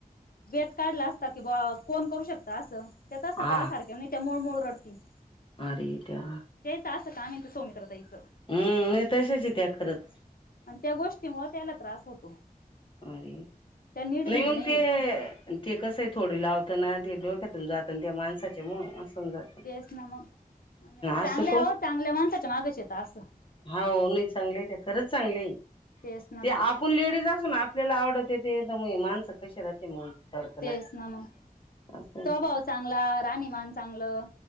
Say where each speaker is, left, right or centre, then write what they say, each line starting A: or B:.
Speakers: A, on the left; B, on the left.
A: बेत काढला असता कि बा कोण करू शकतं असं. त्या तसं
B: हा
A: करा सारख्या नाही, त्या मूळूमूळू रडतीनं..
B: आरे त्या.
A: हे त असं का म्हाईतं सौमित्रा ताईचं.
B: हं नाही तशाच ये त्या खरंच.
A: आणि त्या गोष्टीमुळे त्याला त्रास होतो.
B: अरे रे,
A: त्या नीडभीड
B: नाही मग
A: नाहीये
B: ते. ते कसं आहे, थोडी लावतं ते डोक्यातून जातं ना त्या माणसाच्यामुळं असं. होऊन जात
A: तेच ना मग, नाही चांगल्या
B: असं
A: आहे वो चांगल्या माणसाच्या मागंच येत असं.
B: हां, हो नाही चांगलंय ते खरंच चांगलं हे,
A: तेच ना
B: ते
A: मग
B: आपण लेडीज असून आ आपल्याला आवडंत ते मही माणसं कशी राहते मग. तडकलाच
A: तेच ना मग
B: असं
A: स्वभाव चांगला, राहणीमान चांगलं,